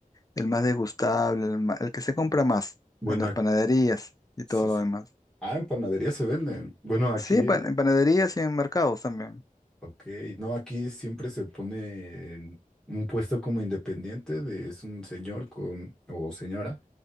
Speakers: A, on the left (about 25°); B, in the centre.
A: el más degustable, el, ma- el que se compra más
B: Bueno,
A: en las
B: ac-
A: panaderías y
B: sí,
A: todo
B: sí.
A: lo demás.
B: Ah, en panadería se venden. Bueno, aquí
A: Sí, en pan- en panaderías y en mercados también.
B: Ok, no, aquí siempre se pone en un puesto como independiente, de, es un señor con, o señora